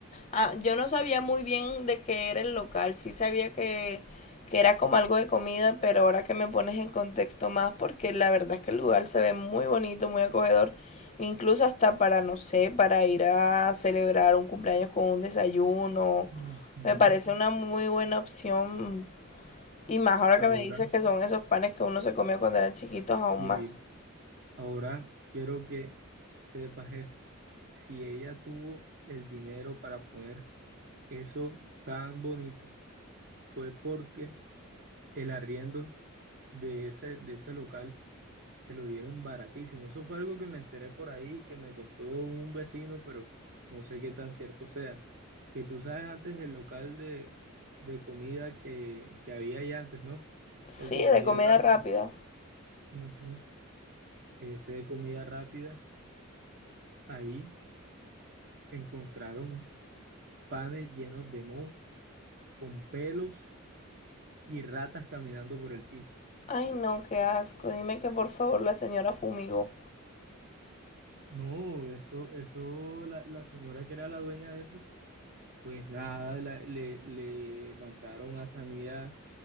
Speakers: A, on the left (about 35°); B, on the right (about 55°).
A: ah, yo no sabía muy bien de qué era el local. Sí sabía que, que era como algo de comida, pero ahora que me pones en contexto más, porque la verdad es que el lugar se ve muy bonito, muy acogedor. Incluso hasta para, no sé, para ir a celebrar un cumpleaños con un desayuno.
B: Ujú.
A: Me parece una muy buena opción. Y más ahora
B: Ahora,
A: que me dices que son esos panes que uno se comía cuando eran chiquitos, aún
B: y
A: más.
B: ahora quiero que sepas esto. Si ella tuvo el dinero para poner eso tan bonito, fue porque el arriendo de ese, de ese local se lo dieron baratísimo. Eso fue algo que me enteré por ahí, que me contó un vecino, pero no sé qué tan cierto sea. Que tú sabes antes el local de, de comida que, que había ahí antes, ¿no?
A: Sí,
B: El de comida
A: de comida
B: rápida.
A: rápida.
B: Ujú. Ese de comida rápida, ahí encontraron panes llenos de moho, con pelos y ratas caminando por el piso.
A: Ay, no, qué asco. Dime que por favor la señora fumigó.
B: No, eso, eso, la, la señora que era la dueña de eso Pues nada, la- le, le mandaron a Sanidad,